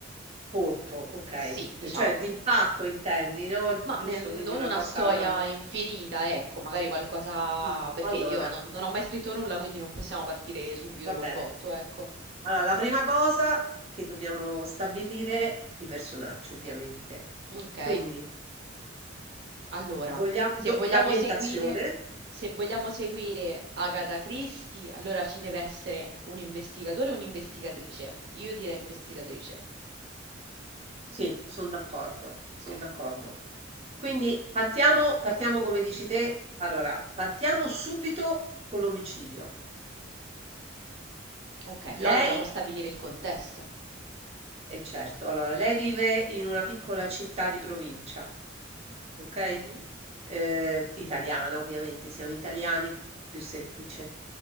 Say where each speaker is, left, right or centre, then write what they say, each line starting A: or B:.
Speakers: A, on the right; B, on the right.
A: corto, ok,
B: Sì,
A: eh,
B: diciamo.
A: cioè d'impatto intendi, no?
B: Ma
A: Giusto,
B: ne- non
A: quindi una
B: una
A: cosa...
B: storia infinita, ecco, magari qualcosa...
A: mm,
B: perché
A: allora,
B: io non, non ho mai scritto nulla, quindi non possiamo partire subito
A: va
B: col
A: bene.
B: botto, ecco.
A: Allora, la prima cosa che dobbiamo stabilire, i personaggi, ovviamente.
B: Ok,
A: Quindi,
B: allora,
A: vogliamo...
B: se
A: do-
B: vogliamo
A: L'ambientazione,
B: seguire, se vogliamo seguire Agatha Christie, allora ci deve essere un investigatore e un'investigatrice. Io direi investigatrice.
A: sì, sono d'accordo,
B: Ok,
A: sono d'accordo. Quindi partiamo partiamo come dici te. Allora, partiamo subito con l'omicidio.
B: ok,
A: Lei,
B: però dobbiamo stabilire il contesto.
A: è certo, allora, lei vive in una piccola città di provincia, ok?
B: Mhm,
A: Eh, italiana, ovviamente, siamo italiani, più semplice.